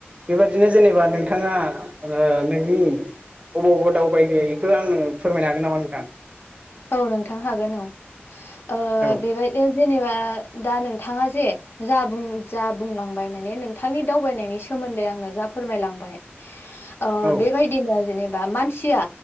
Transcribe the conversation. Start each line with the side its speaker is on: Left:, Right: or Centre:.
Right: बेबादिनो जेनेबा नोंथाङा ओ नोंनि अबाव अबाव दावबायगो इखौ आनो फोरमायनो हागोन नामा नोंथां।
Left: औ नोंथां हागोन औ ओ
Right: औ
Left: बेबायदिनो जेनेबा दा नोंथाङा जे जा बुं जा बुंलांबाय माने नोंथांनि दावबायनायनि सोमोन सोमोन्दै आंनो जा फोरमायलांबाय अ
Right: औ
Left: बेबायदिनो जेनेबा मानसिया